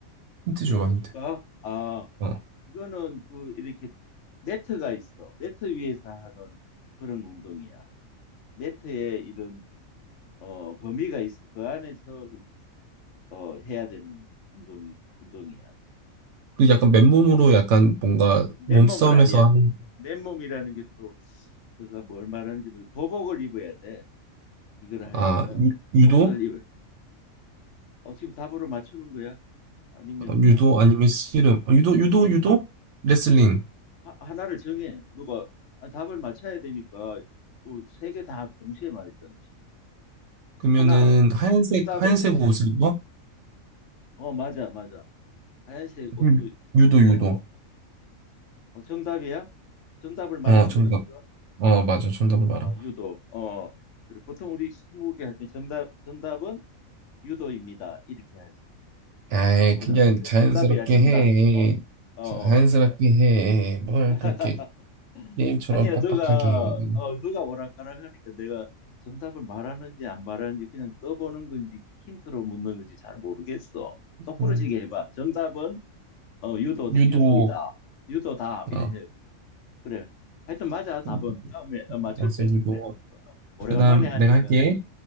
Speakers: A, on the right (about 65°); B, on the left (about 70°).
A: 힌트
B: 힌트
A: 줘봐, 힌트.
B: 줄까? 아,
A: 어.
B: 이거는 그 이렇게 매트가 있어. 매트 위에서 하는 그런 운동이야. 매트에 이런 어 범위가 있어. 그 안에서 이렇게 어 해야 되는 운동이 운동이야.
A: 그 약간 맨몸으로 약간 뭔가
B: 맨몸은
A: 몸싸움에서
B: 아니야.
A: 하는
B: 맨몸이라는 게 또 내가 뭘 말하는지 모르 도복을 입어야 돼. 이걸 하려면
A: 아 유, 유도
B: 옷을 입어. 어 지금 답으로 맞추는 거야? 아니면
A: 어,
B: 그냥
A: 유도 아니면 씨름 어, 유도 유도 유도 레슬링
B: 어, 하, 하나를 정해. 누가 아, 답을 맞춰야 되니까 뭐세개 다 동시에 말했잖아.
A: 그러면은
B: 하나
A: 하얀색
B: 정답을
A: 하얀색 옷을 입어
B: 어 맞아 맞아 하얀색 옷도
A: 유-
B: 있고
A: 유도 유도
B: 어, 어, 정답이야 정답을 말한
A: 어 정답
B: 거예요 지금
A: 어 맞아 정답을 말한
B: 아
A: 거야
B: 유도 어 어. 그래 보통 우리 스무고개 할 때 정답 정답은 유도입니다 이렇게 하지
A: 아이
B: 어
A: 그냥
B: 나- 진짜
A: 자연스럽게
B: 정답이야 정답
A: 해
B: 어어
A: 자연스럽게 해 뭘
B: <laughs>
A: 그렇게 게임처럼
B: 아니야,
A: 빡빡하게
B: 너가,
A: 해 음,
B: 어, 너가 오락가락 하니까 내가 정답을 말하는지 안 말하는지 그냥 떠보는 건지 힌트로 묻는 건지 잘 모르겠어. 똑부러지게
A: 음,
B: 해봐. 정답은, 어, 유도,
A: 유도
B: 유도이다. 유도다. 이래.
A: 어
B: 해. 그래. 하여튼 맞아, 답은.
A: 음,
B: 다음에 어, 맞출
A: 알았어
B: 때는
A: 유도
B: 그래 한번 해봐. 어, 오래간만에
A: 그다음
B: 하니까.
A: 내가 할게